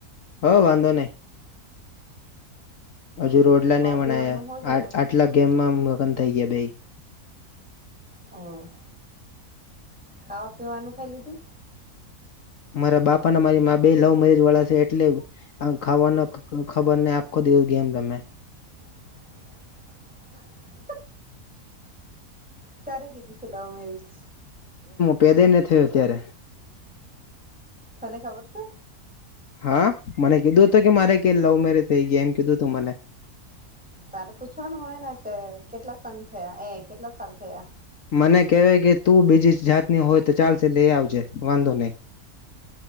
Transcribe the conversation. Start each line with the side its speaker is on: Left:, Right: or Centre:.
Left: હો વાંધો નહી હજુ રોડલા
Centre: ખાવા
Left: ને મનાયા
Centre: પીવાનું હોઈ ગયું
Left: આ આટલા ગેમમાં મગન થઈ ગયા બેઈ
Centre: અ ખાવા પીવાનું ખાઈ લીધું
Left: મારા બાપાને મારી મા બે લવ મેરેજ વાળા છે એટલે ખાવાનો તો ખબર ને આખો દિવસ ગેમ ગમે
Centre: <inaudible> ક્યારે કીધી છે લવ મેરેજ
Left: પેદેને થયો ત્યારે
Centre: તને ખબર છે.
Left: હા મને કીધું હત કે મારે કે લવ મેરેજ થઈ ગયા એમ કીધું હતું મને
Centre: તારે પૂછવાનું હોય ને કે કેટલા સાન થયા એ કેટલા સાલ થયા.
Left: મને કેવાય કે તું બીજી જાતની હોય તો ચાલશે લઈ આવજે વાંધો નઈ